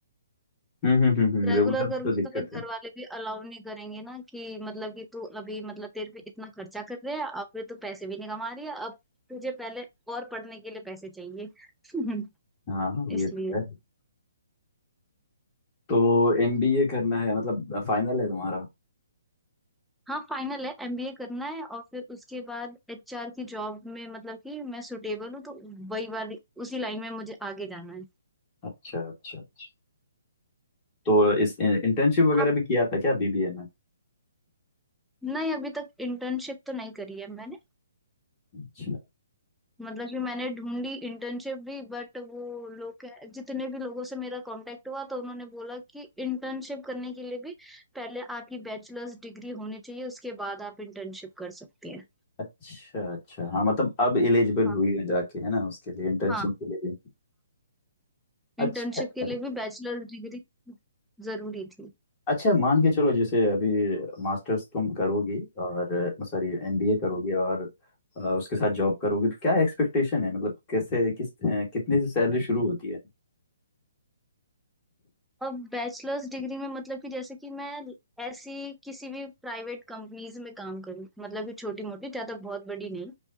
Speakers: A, on the left; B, in the centre.
A: हम्म हम्म हम्म
B: रेगुलर
A: रेगुलर में
B: करूंगी
A: तो दिक्कत
B: तो फिर
A: है
B: घर वाले भी अलाउ नहीं करेंगे ना कि मतलब कि तू अभी मतलब तेरे पे इतना खर्चा कर रहे हैं अब फिर तू पैसे भी नहीं कमा रही है अब तुझे पहले और पढ़ने के लिए पैसे चाहिए <laughs>
A: हाँ हाँ ये
B: इसलिए
A: तो है तो एमबीए करना है मतलब फाइनल है तुम्हारा
B: हाँ फाइनल है एमबीए करना है और फिर उसके बाद एचआर की जॉब में मतलब कि मैं सुटेबल हूँ तो वही वाली उसी लाइन में मुझे आगे जाना है
A: अच्छा अच्छा अच्छा तो इस इंटर्नशिप वगैरह
B: अब
A: भी किया था क्या बीबीए में
B: नहीं अभी तक इंटर्नशिप तो नहीं करी है मैंने
A: अच्छा
B: मतलब कि मैंने ढूंढी इंटर्नशिप भी बट वो लोग कह- जितने भी लोगों से मेरा कांटेक्ट हुआ तो उन्होंने बोला कि इंटर्नशिप करने के लिए भी पहले आपकी बैचलर्स डिग्री होनी चाहिए उसके बाद आप इंटर्नशिप कर सकती हैं
A: अच्छा अच्छा हाँ मतलब अब एलिजिबल
B: हाँ
A: हुई है जाके है ना उसके लिए इंटर्नशिप
B: हाँ
A: के लिए भी अच्छा
B: इंटर्नशिप
A: अच्छा।
B: के लिए भी बैचलर्स डिग्री जरूरी थी
A: अच्छा मान के चलो जैसे अभी मास्टर्स तुम करोगी और सॉरी एमबीए करोगी और अ, उसके साथ जॉब करोगी तो क्या एक्सपेक्टेशन है मतलब कैसे किस अ, कितने से सैलरी शुरू होती है
B: अब बैचलर्स डिग्री में मतलब कि जैसे कि मैं ऐसी किसी भी प्राइवेट कंपनीज में काम करूँ मतलब कि छोटी मोटी ज्यादा बहुत बड़ी नहीं